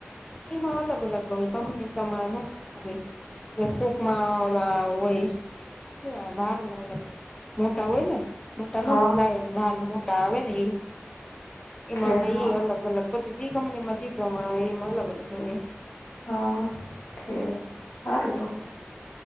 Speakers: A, on the left; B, on the left.
A: ઈમાં અલગ અલગ હોય કંપની તમાર હુ <unintelligible> એ કોકમાં ઓલા હોય <unintelligible> મોટા હોય ને મોટા
B: હા
A: <unintelligible> ભાલ મોટા આવે ને એ એમાં
B: ઠે હા
A: એ અલગ અલગ પછી જે કંપનીમા‌ જી પ્રમાણનુ હોય એમાં અલગ અલગનું હોય
B: હા ખેર સારું તો